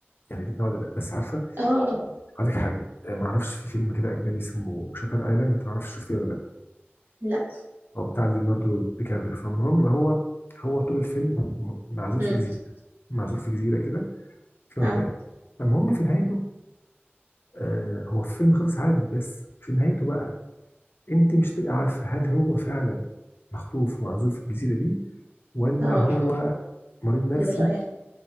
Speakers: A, on the left; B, on the right.
A: يعني النوع ده لا بس عارفه
B: اه
A: عليك حاجه آه، ما اعرفش في فيلم كده اجنبي اسمه شاتر ايلاند ما اعرفش شفتيه ولا لا
B: لا
A: هو بتاع ليوناردو دي كابريو فالمهم هو هو طول الفيلم م- معزول
B: امم
A: في جزيرة معزول في جزيرة كده في
B: اه
A: مكان المهم في نهايته آه هو الفيلم خلص عادي بس في نهايته بقى انت مش تبقى عارفة هل هو فعلا مخطوف ومعزول في الجزيرة دي ولا
B: اه
A: اه هو مريض نفسي
B: اللي رايح